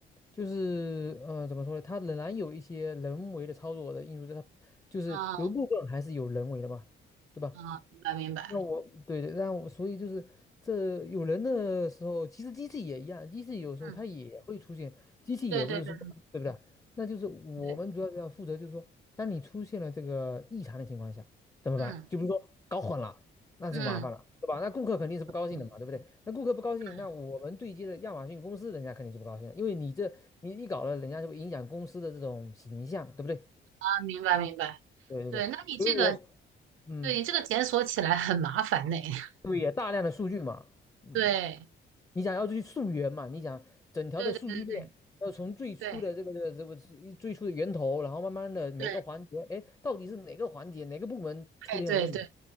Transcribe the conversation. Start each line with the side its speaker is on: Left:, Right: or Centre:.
Left: 就是嗯、呃怎么说呢？它仍然有一些人为的操作的因素在它，就是有一部分还是有人为的嘛，
Right: 嗯
Left: 对吧？
Right: 嗯，明白明白。
Left: 那我对对，那我所以就是这有人的时候，其实机器也一样，机器有时候它也会出现，
Right: 嗯，
Left: 机器也不是说对不对？
Right: 对对对
Left: 那就是我们主要要负责，
Right: 对对，
Left: 就是说，当你出现了这个异常的情况下，怎么办？
Right: 嗯
Left: 就比如说搞混了，那就麻烦了，
Right: 嗯
Left: 对吧？那顾客肯定是不高兴的嘛，
Right: 嗯
Left: 对不对？那顾客不高兴，
Right: 嗯，
Left: 那我们对接的亚马逊公司，人家肯定就不高兴了，因为你这你一搞了，人家就会影响公司的这种形象，对不对？
Right: 啊，明白明白。
Left: 对对对，
Right: 对，那你这个，
Left: 所以我嗯，
Right: 对你这个检索起来很麻烦呢。<laughs>
Left: 对，也大量的数据嘛。嗯。
Right: 对
Left: 你想要去溯源嘛？你想整条的数据链要从最初的这个这个这个是最初的源头，
Right: 对对对对对
Left: 然后慢慢的每个环节，
Right: 对，
Left: 哎，到底是哪个环节哪个部门出现了问题？
Right: 哎对对